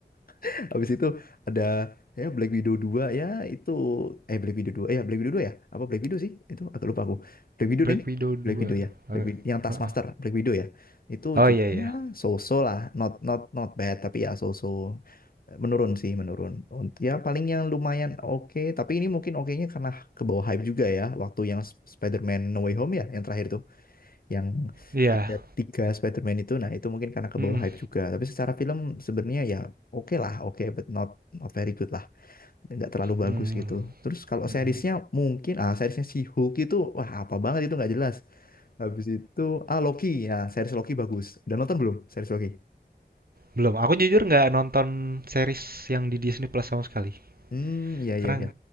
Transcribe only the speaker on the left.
<laughs> Habis itu ada ya Black Widow 2 ya itu eh Black Widow dua eh ya Black Widow 2 ya apa Black Widow sih itu agak lupa aku Black Widow
ding
Black Widow ya Black
Widow yang Taskmaster
Black Widow ya itu
juga
ya so-so lah not not not bad tapi ya so-so menurun sih menurun Unt- ya paling yang lumayan oke tapi ini mungkin okenya karena ke bawah hype juga ya waktu yang Sp- Spider-Man No Way Home ya yang terakhir itu yang
ada tiga Spider-Man itu nah itu mungkin karena ke
bawah hype juga tapi secara film sebenarnya ya oke lah oke but not not very good lah nggak terlalu bagus
gitu terus kalau
seriesnya mungkin ah seriesnya si Hulk itu wah apa banget itu nggak jelas habis itu ah Loki ya series Loki bagus udah nonton belum series Loki
hmm iya
iya iya